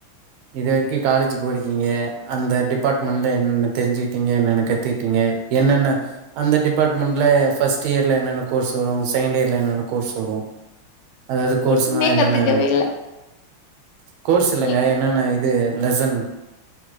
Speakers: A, on the right; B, on the left.
A: இது வர்க்கி காலேஜு போறிக்கிங்கே அந்த டிபாட்மண்ல என்னன்ன தெரிஞ்சிக்கிட்டீங்கன்னனக்கு தேிப்பிங்க என்னென்ன ஃப் அந்த டிபாட்மெண்ட்ல ஃபஸ்ட் இயர்ல என்னென்ன கோர்ஸ் வரு செய்ண்ட் இயர்ல என்னென்ன கோர்ஸ் வரு அதாவ்து கோர்ஸுனா
B: எதுவுமே
A: என்னன்ன
B: கத்துக்கவே இல்ல
A: கோர்ஸ் இல்லங்கய்
B: எங்
A: என்னன்ன இது லஜன்